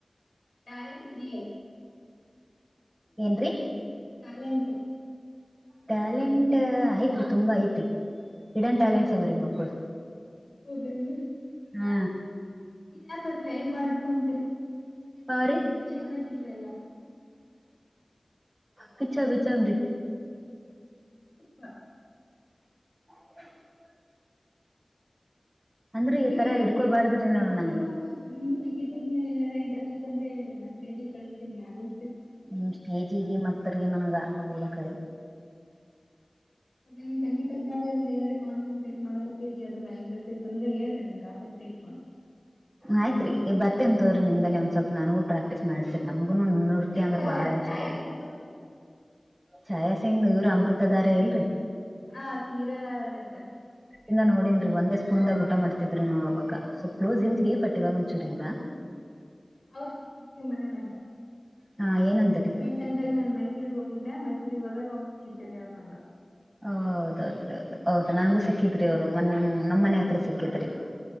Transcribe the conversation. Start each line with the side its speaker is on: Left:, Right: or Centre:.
Left: ಟ್ಯಾಲೆಂಟ್ ಫ್ರೀ
Right: ಏನ್ರಿ
Left: ಟ್ಯಾಲೆಂಟು
Right: ಟ್ಯಾಲೆಂಟ್ ಐತ್ರಿ ತುಂಬಾ ಐತಿ ಹಿಡನ್ ಟ್ಯಾಲೆಂಟ್ಸ್ ಅವ್ರೀ ಬಕ್ಕಳು
Left: ಹೌದೇನು
Right: ಹ್ಮ
Left: ನೀವ್ ಯಾಕಾದ್ರ ಸ್ಲಡ ಮಾಡಿ ಇಟ್ಕೊಂತೀರಿ
Right: ಆ ರಿ
Left: ಿ ಇಡ್ಬೇಕಲ್ರಿ ಎಲ್ಲಾ
Right: ಪಛ ಬ ಚಾಮ್ರರಿ
Left: ಹ
Right: <inaudible> ಅಂದ್ರ ಈ
Left: ನೀವ್
Right: ತರ
Left: ಹೇಳ್ರಿ
Right: ಹಿಡ್ಕೋಬಾರ್ದ್ರಿ ನಾವ್
Left: ನಿಮಗುನು
Right: ನನ್ಗ
Left: ನಿಮ್ಗೂ ಸಂಗೀತದ ಮೇಲೆ ಏನಾರ ಇಂಟ್ರೆಸ್ಟ್ ಇತ್ ಅಂದ್ರ ಹೇಳಿರಿರಿ ಸ್ಟೇಜಿಗೆ ಕಳಿಸಸ್ತೀನಿ ಹಾಡು
Right: ನಿಮ್ ಸ್ಟೇಜ್ ಈಗ ಮತ್ರಿ ನನ್ಗ ಹದಕರಿ
Left: ನನ್ ಸಂಗೀತದ ಮೇಲೆ ಒ್ರ ಏನಾದ ಕನ್ಸಟ್ರೇಟ್ ಮಾಡಕತ್ತೀರಿ ಅದ್ರ ಮೇಲೆ ಇಂಟ್ರೆಸಟ ಇತ್ತು ಅಂದ್ರ ಹೇಳಿ ನಂಗೆ ಆಸಕ್ತಿ ಇಟ್ಕೊಂಡು
Right: ಆಯ್ತ್ರಿ ಈ ಬರ್ತನ ತೋರಿ ನಿಮ್ ಬಲ್ಲೆ ನ ಒಂದ್ ಸ್ವಲ್ಪ ನನ್ಗೂ ಪ್ರಾಕ್ಟೀಸ್ ಮಾಡ್ಸರ್ ನಮಗುನೂ ನೃತ್ಯ
Left: ನಿಮ್ಗ
Right: ಅಂದ್ರೆ ಬಾಳ ಇಷ್ಟ
Left: ಛಾಯಾ ಸಿಂಗ್ ಗೊತ್ತ್ರಿ?
Right: ಛಾಯಾ ಸಿಂಗ್ ಇವ್ರ ಅಮೃತಧಾರ ಇಲ್ರಿ
Left: ಹ ಕೀರ ನಾಳಲ್ ಅದ್ರಗ್
Right: ಅಂದ ನೋಡನ್ರಿ ಒಂದೇ ಸ್ಪೂನ್ದಾಗ ಊಟ ಮಾಡ್ತಿದ್ರಿ ನಾವು ಅವಾಗ ಸ್ವಲ್ ಕಲೋಸ್ ಇಂತ ವೀ ಪಟ್ಟಿವ ಮಂಚೂರಿ ಇಲ್ಲ
Left: ಅವ್ರು ನಿ ಮನೆನಂಗ
Right: ಹಾ ಏನಂದ್ರ ರಿ
Left: ರೀಸೆಂಟ್ ಆಗಿ ನನ್ ಮೈಸೂರಿಗೆ ಹೋಗಿದ್ದೆ ಮೈಸೂರಿಗೆ ಹೋದಾಗ ಅವ್ರು ಸಿಕ್ಕಿದ್ದೇರಿ ಅವ್ರು ನಂಗ
Right: ಹ ಹೌದೌದ್ರಿ ಹೌದ ಹೌದ್ ನನ್ಗೂ ಸಿಕ್ಕಿದ್ರಿ ಅವ್ರು ನಮ್ಮನೆ ಹತ್ರ ಸಿಕ್ಕಿದ್ರಿ